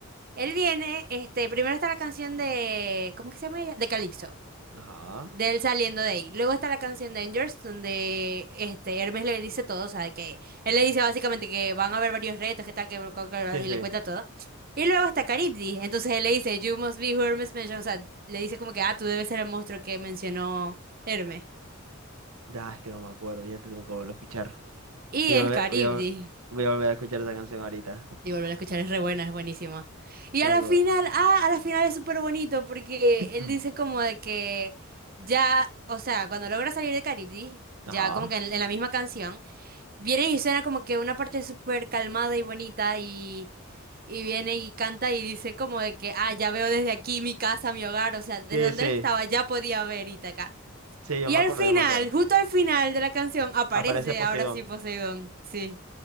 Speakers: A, on the right; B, on the right.
A: Él viene, este, primero está la canción de, ¿cómo que se llama ella? De Calypso.
B: Ajá.
A: de él saliendo de ahí. Luego está la canción Dangers, donde este Hermes le dice todo, o sea, que él le dice básicamente que van a haber varios retos, que tal, que, que- que-
B: Sí, sí.
A: y le cuenta todo. Y luego está Caribdi, entonces él le dice, You must be who Hermes mentioned, o sea, le dice como que, ah, tú debes ser el monstruo que mencionó Hermes.
B: Ah, es que no me acuerdo, ya te tengo que volver a escuchar.
A: Y
B: Voy
A: es
B: a, volver-
A: Caribdi.
B: voy a, voy a volver a escuchar esa canción ahorita.
A: Y volver a escuchar es re buena, es buenísima. Y
B: Tengo
A: a la
B: que
A: final,
B: volver.
A: ah, a la final es súper bonito porque él
B: Mm.
A: dice como de que ya, o sea, cuando logra salir de Caribdi,
B: Ajá.
A: ya como que en en la misma canción. Viene y suena como que una parte súper calmada y bonita y, y viene y canta y dice como de que, ah, ya veo desde aquí mi casa, mi hogar, o sea, desde
B: Sí,
A: donde
B: sí,
A: él estaba ya podía ver Ítaca.
B: sí, yo
A: Y
B: me
A: al
B: acuerdo,
A: final,
B: yo me acuerdo.
A: justo al final de la canción, aparece
B: Aparece Poseidón.
A: ahora sí Poseidón. Sí,